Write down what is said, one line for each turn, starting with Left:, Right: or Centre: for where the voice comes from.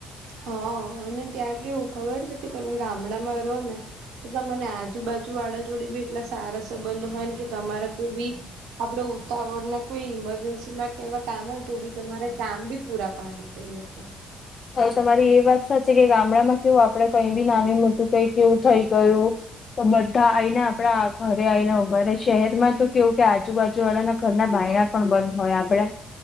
Right: હા અને ત્યાં કેવું ખબર છે કે તમે ગામડામાં રહો ને તો તને આજુબાજુ વાળા જોડે બી એટલા સારા સંબંધ હોય ને કે તમારા કોઈ બી આપડે ઉતાવળ ના કોઈ ઈમરજન્સીમાં કેવા કામ હોય તો બી તમારે કામ બી પૂરા પાાવ ધ એ લોકો
Left: તમારી એ વાત સાચી છે કે ગામડામાં કેવું આપડે કઈ બી નાનું મોટું કઈ કેવું થઈ ગયું તો બધા આઈને આપડા ઘરે આવીઈને ઉઘારે શહેર માં તો કેવું કે આજુબાજુ વાળા ઘરના બાયણા પણ બંધ હોય આપડે